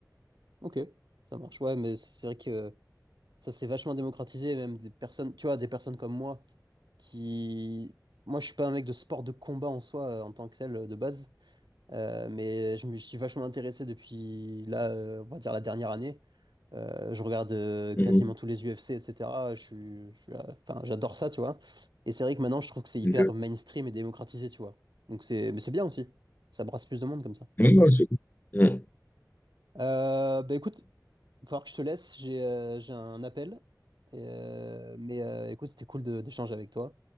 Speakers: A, on the right (about 85°); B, on the left (about 25°).
A: Ok, ça marche. Ouais, mais c'est vrai que. Ça s'est vachement démocratisé, même des personnes, tu vois, des personnes comme moi qui. Moi, je suis pas un mec de sport de combat en soi, euh, en tant que tel, euh, de base. Euh, mais je me suis vachement intéressé depuis là, euh, on va dire la dernière année. Euh, je regarde euh, quasiment
B: Mhm.
A: tous les UFC, etc. Je suis, je suis, euh, enfin, j'adore ça, tu vois. Et c'est vrai que maintenant, je trouve que c'est hyper
B: Ok.
A: mainstream et démocratisé, tu vois. Donc c'est, mais c'est bien aussi. Ça brasse plus de monde comme ça.
B: Ouais, ouais, c'est cool. Mhm.
A: Euh, bah écoute, Il va falloir que je te laisse, j'ai euh, j'ai un appel. Et, euh, mais euh, écoute, c'était cool de- d'échanger avec toi.